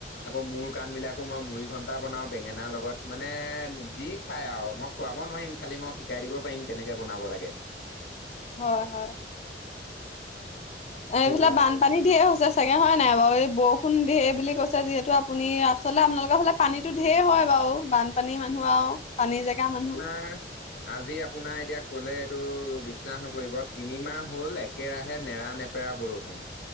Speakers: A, on the left (about 85°); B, on the left (about 35°).
A: আকৌ মূৰ-কাণবিলাকো মই, মুড়ি ঘন্টা বনাও বেঙেনাৰ লগত। মানে, যি খায় আৰু? মই খুৱাব নোৱাৰিম। খালি মই শিকাই দিব পাৰিম, কেনেকে বনাব লাগে।
B: হয়, হয়। এ, এইফালে
A: সেয়াই আৰু
B: বানপানী ঢেৰ হৈছে চাগে হয় নাই বাৰু? এই বৰষুণ ঢেৰ বুলি কৈছে। যিহেতু, আ আপুনি, আচলতে আপোনালোকৰ ফালে, পানীতো ঢেৰ হয় বাৰু। বানপানী মানুহ আৰু পানীৰ জেগা মানুহ।
A: হয়। আজি আপোনাৰ, এতিয়া ক'লে এইটো, বিশ্বাস নকৰিব, তিনিমাহ হ'ল, একেৰাহে নেৰা-নেপ বেয়া বৰষুণ।